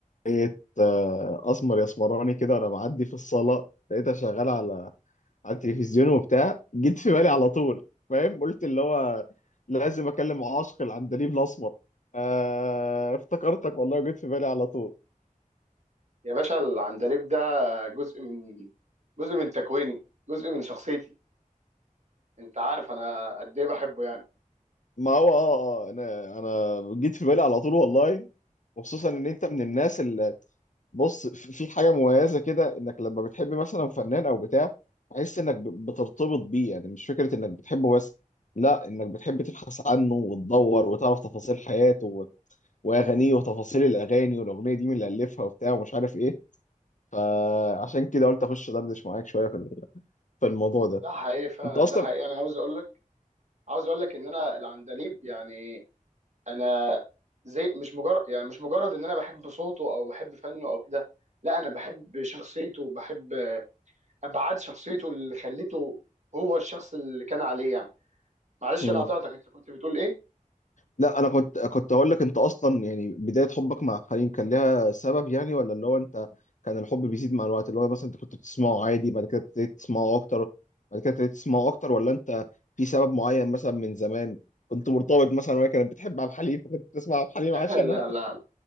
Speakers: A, on the left; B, on the right.
A: لقيت آه، اسمر يا اسمراني كده وانا معدي في الصاله لقيتها شغاله على على التلفزيون وبتاع جيت في بالي على طول فاهم قلت اللي هو لازم اكلم عاشق العندليب الاسمر آه افتكرتك والله وجيت في بالي على طول
B: يا باشا العندليب ده جزء من جزء من تكويني جزء من شخصيتي انت عارف انا قد ايه بحبه يعني
A: ما هو اه آه، انا انا جيت في بالي على طول والله وخصوصا ان انت من الناس بص في في حاجه مميزه كده انك لما بتحب مثلا فنان او بتاع تحس انك ب- بترتبط بيه يعني مش فكره انك بتحبه بس لا انك بتحب تبحث عنه وتدور وتعرف تفاصيل حياته و- واغانيه وتفاصيل الاغاني والاغنيه دي مين اللي الفها وبتاع ومش عارف ايه فعشان كده قلت اخش دردش معاك شويه في ال- في الموضوع ده
B: ده حقيقي فعلا
A: انت اصلا
B: ده حقيقي انا عاوز اقول لك عاوز اقول لك ان انا العندليب يعني انا زي مش مجرد يعني مش مجرد ان انا بحب صوته او بحب فنه او كده لا انا بحب شخصيته وبحب ابعاد شخصيته اللي خلته هو الشخص اللي كان عليه يعني معلش
A: مم.
B: انا قطعتك انت كنت بتقول ايه
A: لا انا كنت كنت اقول لك انت اصلا يعني بدايه حبك مع حليم كان لها سبب يعني ولا اللي هو انت كان الحب بيزيد مع الوقت اللي هو مثلا انت كنت بتسمعه عادي بعد كده ابتديت تسمعه اكتر بعد كده ابتديت تسمعه اكتر ولا انت في سبب معين مثلا من زمان كنت مرتبط مثلا وهي كانت بتحب عبد الحليم فكنت بتسمع عبد الحليم
B: <laughs>
A: عشانها
B: لا لا